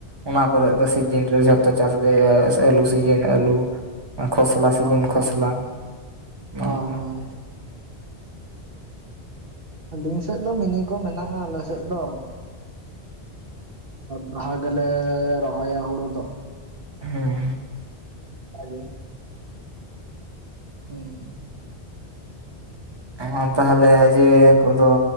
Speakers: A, on the right; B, on the right.
A: ᱚᱱᱟ ᱠᱚᱨᱮ ᱫᱚ ᱥᱤᱡᱤᱱ ᱨᱮ ᱡᱷᱚᱛᱚ ᱪᱟᱥ ᱜᱮ ᱦᱩᱭᱩᱜᱼᱟ, ᱟᱹᱞᱩ ᱥᱤᱡᱤᱱ ᱟᱞᱩ ᱠᱷᱚᱥᱞᱟ ᱥᱤᱡᱤᱱ
B: ᱦᱳᱭ
A: ᱠᱷᱚᱥᱞᱟ ᱚᱱᱟ
B: ᱦᱳᱭ
A: ᱠᱚ᱾
B: ᱦᱳᱭ ᱟᱹᱞᱤᱧ ᱥᱮᱫ ᱫᱚ ᱢᱤᱱᱤ ᱠᱚ ᱢᱮᱱᱟᱜᱼᱟ ᱾ᱟᱞᱮ ᱥᱮᱫ ᱫᱚ ᱵᱟᱜᱷ ᱞᱮ ᱨᱚᱦᱚᱭᱟ ᱦᱳᱲᱳ ᱫᱚ
A: ᱦᱮᱸ
B: <unintelligible> ᱦᱮᱸ
A: ᱦᱮ ᱛᱟᱦᱚᱞᱮ ᱡᱮ ᱠᱚᱫᱚ